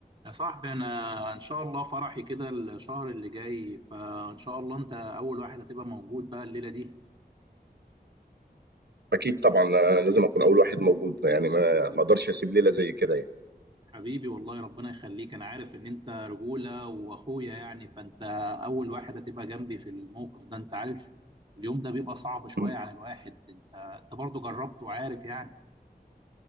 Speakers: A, on the right; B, on the right.
A: يا صاحبي انا ان شاء الله فرحي كده الشهر اللي جاي فان شاء الله انت اول واحد هتبقى موجود بقى الليله دي
B: اكيد طبعا أنا لازم اكون اول واحد موجود يعني ما ما اقدرش اسيب ليله زي كده يعني
A: حبيبي والله ربنا يخليك انا عارف ان انت رجوله واخويا يعني فانت اول واحد هتبقى جنبي في الموقف ده انت عارف اليوم ده بيبقى صعب شويه
B: م.
A: على الواحد انت انت برضه جربت وعارف يعني